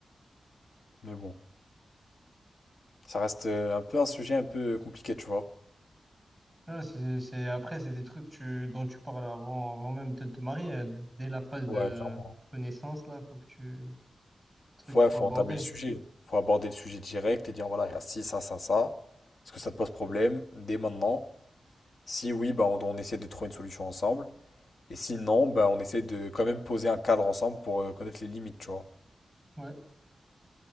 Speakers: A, on the left; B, in the centre.
A: Mais bon. Ça reste euh, un peu un sujet un peu compliqué, tu vois.
B: Non, c'est, c'est, après, c'est des trucs tu, dont tu parles avant, avant même de te marier. euh, Dès la phase de
A: Ouais, clairement.
B: connaissance, là, faut que tu... Truc
A: Faut-
B: qu'il
A: Ouais,
B: faut
A: faut
B: aborder.
A: entamer le sujet. Faut aborder le sujet direct et dire voilà, il y a ci, ça, ça, ça. Est-ce que ça te pose problème dès maintenant? Si oui, bah, on, on essaie de trouver une solution ensemble. Et si non, bah, on essaie de quand même poser un cadre ensemble pour euh, connaître les limites, tu vois.
B: Ouais.